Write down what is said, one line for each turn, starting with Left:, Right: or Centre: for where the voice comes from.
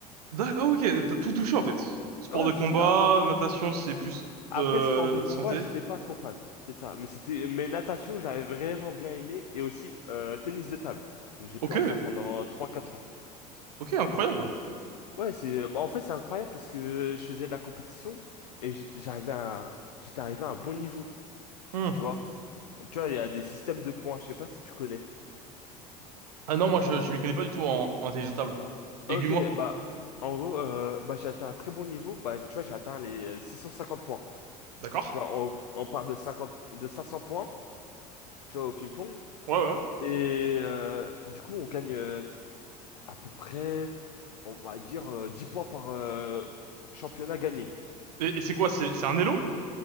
Right: d'ac- Ah, ok, t'as tout touché, en fait. Sport
Left: Ouais,
Right: de combat,
Left: c'est ça.
Right: natation, c'est plus,
Left: Après,
Right: euh,
Left: sport de combat,
Right: santé.
Left: j'étais pas trop fan. C'est ça. Mais c'était, mais natation, j'avais vraiment bien aimé. Et aussi, euh, tennis de table, où j'ai
Right: Ok.
Left: pu en faire pendant trois quatre ans.
Right: Ok, incroyable.
Left: Ouais, c'est, bah, en fait, c'est incroyable parce que je faisais de la compétition et j'ai- j'arrivais à, j'étais arrivé à un bon niveau.
Right: Hmm.
Left: Tu vois. Tu vois, il y a des systèmes de points, je sais pas si tu connais.
Right: Ah non, moi, je, je m'y connais pas du tout en, en intelligence table. Aiguille-moi.
Left: Ok, bah, en gros, euh, bah, j'ai atteint un très bon niveau. Bah, tu vois, j'ai atteint les euh, 650 points.
Right: D'accord.
Left: Tu vois, on, on part de 50 de 500 points, tu vois, au ping-pong.
Right: Ouais, ouais.
Left: Et euh, du coup, on gagne euh, à peu près, on va dire, euh, 10 points par euh, championnat gagné.
Right: Et, et c'est quoi? C'est, c'est un élo?